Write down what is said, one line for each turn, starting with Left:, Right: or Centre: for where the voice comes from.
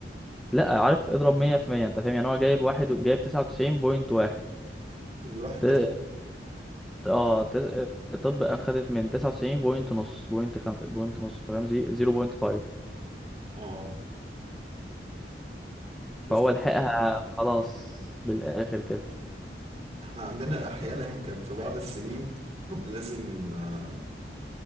Centre: لا عارف اضرب مية في مية انت فاهم يعني هو جايب واحد جايب تسعة وتسعين بوينت واحد
Right: الواحد
Centre: ت-
Right: ده
Centre: اه تس... طب اخدت من تسعة وتسعين بوينت نص بوينت خم... بوينت نص تمام زي... زيرو بوينت فايف
Right: آه شفت
Centre: فهو لحقها خلاص بالآخر كده
Right: إحنا عندنا أحيانا كان في بعض السنين لازم آه،